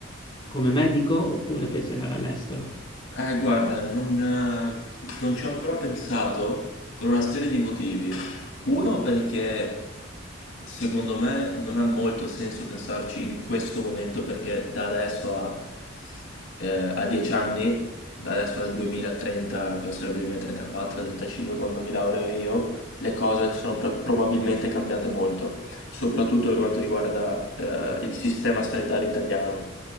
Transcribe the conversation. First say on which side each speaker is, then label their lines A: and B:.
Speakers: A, on the left; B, on the left.
A: come medico oppure pensi di andare all'estero?
B: Eh, guarda, non, eh, non ci ho ancora pensato per una serie di motivi. Uno perché secondo me non ha molto senso pensarci in questo momento perché da adesso a, eh, a 10 anni, da adesso al 2030, che sarebbe 2034-35 quando mi laureo io, le cose sono pro- probabilmente cambiate molto soprattutto per quanto riguarda eh, il sistema sanitario italiano,